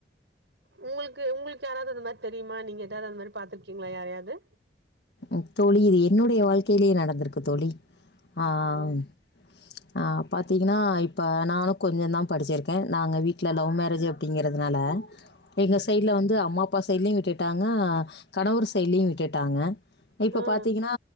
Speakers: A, on the right; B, on the left.
A: உங்ளுக்கு உங்ளுக்கு யாராவது அது மாரி தெரியுமா நீங்க எதாவது அந்த மாரி பாத்துருகீங்களா யாரையாது
B: உம் தோழி இது என்னுடைய வாழ்கையிலையே நடந்திருக்கு தோழி ஆஹ்ஹா
A: ம்
B: ஆஹ் பாத்தீங்ன்னா இப்போ நானு கொஞ்சோ தா படிச்சிருக நாங்க வீட்ல லவ் மேரேஜ் அப்டிங்கிறதுனால எங்க சைடுல வந்து அம்மா அப்பா சைடுலயையு விட்டுடாங்க கணவர் சைடுலயையு விட்டுடாங்க இப்ப
A: ஆ
B: பாத்தீங்ன்னா